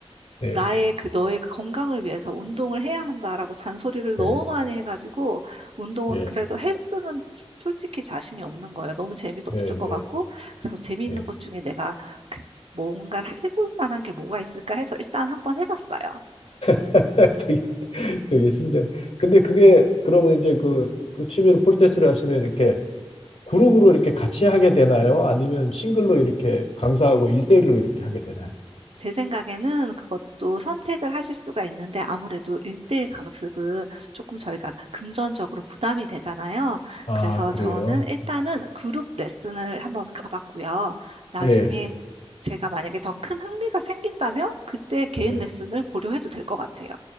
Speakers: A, on the left; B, on the right.
A: 네,
B: 나의 그 너의 그 건강을 위해서 운동을 해야 한다라고 잔소리를 너무
A: 네,
B: 많이 해가지고 운동
A: 네
B: 그래도 헬스는 솔직히 자신이 없는 거예요. 너무 재미도
A: 네,
B: 없을 것
A: 네,
B: 같고 그래서 재미있는
A: 네.
B: 것 중에 내가 그 뭔가를 해볼 만한 게 뭐가 있을까 해서 일단 한번 해봤어요.
A: <laughs> 되게, 되게 신기한. 근데 그게 그러면 이제 그, 그 취미로 폴댄스를 하시면 이렇게 그룹으로 이렇게 같이 하게 되나요? 아니면 싱글로 이렇게 강사하고 일대일로 이렇게 하게 되나요?
B: 제 생각에는 그것도 선택을 하실 수가 있는데 아무래도 1대1 강습은 조금 저희가 금전적으로 부담이 되잖아요.
A: 아,
B: 그래서
A: 그래요?
B: 저는 일단은 그룹 레슨을 한번 가봤고요. 나중에
A: 네,
B: 제가 만약에 더 큰 흥미가 생긴다면 그때 개인
A: 네.
B: 레슨을 고려해도 될 것 같아요.